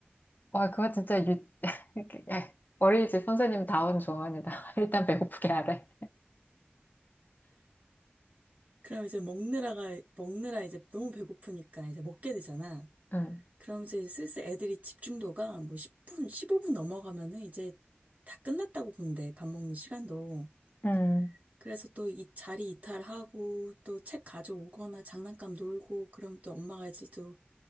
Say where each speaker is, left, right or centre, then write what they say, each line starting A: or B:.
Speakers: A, on the left; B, on the right.
A: 와, 그거 진짜 유... <laughs> 예, 어린이집 선생님 다운 조언이다. <laughs> 일단 배고프게 하래.
B: 그럼 이제 먹느라가, 먹느라 이제 너무 배고프니까 이제 먹게 되잖아.
A: 응,
B: 그럼 이제 슬슬 애들이 집중도가 뭐 10분, 15분 넘어가면은 이제 다 끝났다고 본대. 밥 먹는 시간도.
A: 응,
B: 그래서 또 이 자리 이탈하고 또 책 가져오거나 장난감 놀고 그럼 또 엄마가 이제 또,